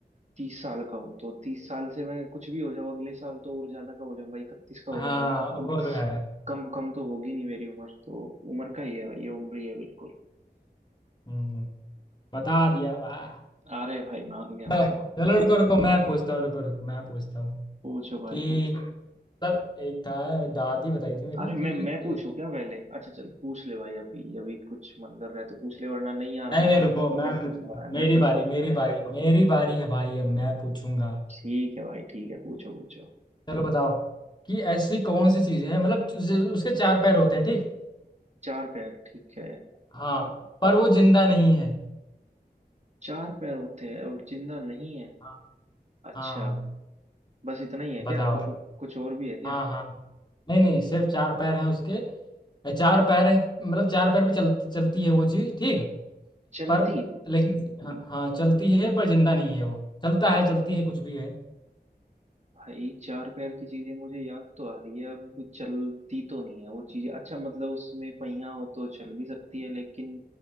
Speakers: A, on the right (about 40°); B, on the left (about 25°).
A: तीस साल का हूँ तो तीस साल से मैं कुछ भी हो जाऊँ अगले साल तो और ज्यादा का हो जाऊंगा इकतीस का हो
B: हाँ
A: जाऊंगा तो
B: वो
A: कम
B: तो है
A: कम कम तो होगी नहीं मेरी उम्र तो उम्र का ही है भाई ये उम्र ही है बिल्कुल
B: हम्म, बता दिया वाह
A: अरे भाई मान गया मैं
B: हाँ,
A: तो मान
B: चलो
A: गया
B: रुको रुको मैं पूछता हूँ रुको रुको मैं पूछता हूँ
A: पूछो भाई
B: कि
A: पूछो
B: मतलब एक था दादी बताई थी मेरी
A: अरे मैं
B: कि
A: मैं पूछू
B: एक
A: क्या पहले अच्छा चल पूछ ले भाई अभी अभी कुछ मन कर रहा है तो पूछ ले वरना नहीं आ रहा
B: नहीं
A: है मन
B: नहीं रुको
A: में तो
B: मैं
A: मेरे मन
B: पूछूंगा
A: में आ रहा है मैं
B: मेरी
A: पूछता
B: बारी
A: हूँ
B: मेरी बारी मेरी बारी है भाई अब मैं पूछूंगा
A: ठीक है भाई ठीक है पूछो पूछो
B: चलो बताओ कि ऐसी कौन सी चीज है मतलब ज- उसके चार पैर होते हैं ठीक
A: चार पैर ठीक है
B: हाँ पर वो जिंदा नहीं है
A: चार पैर होते हैं और जिंदा नहीं है
B: हाँ
A: अच्छा
B: हाँ,
A: बस इतना ही है क्या
B: बताओ
A: कुछ कुछ और भी है क्या
B: हाँ हाँ नहीं नहीं सिर्फ चार पैर हैं उसके चार पैर हैं मतलब चार पैर पे चल, चलती है वो चीज ठीक
A: चलती
B: पर
A: है
B: लेकिन हाँ हाँ चलती है पर जिंदा नहीं है वो चलता है चलती है कुछ भी है
A: भाई चार पैर की चीजें मुझे याद तो आ रही है अब चलती तो नहीं है वो चीजें अच्छा मतलब उसमें पहिया हो तो चल भी सकती है लेकिन